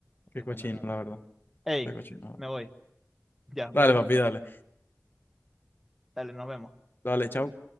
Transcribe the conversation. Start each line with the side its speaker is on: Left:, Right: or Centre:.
Centre: Lo
Left: Qué
Centre: que yo
Left: cochino,
Centre: juego no es normal.
Left: la verdad.
Centre: Ey,
Left: Qué cochino.
Centre: me voy. Ya, mucho
Left: Dale, papi,
Centre: gusto.
Left: dale.
Centre: Dale, nos vemos.
Left: Dale, chao.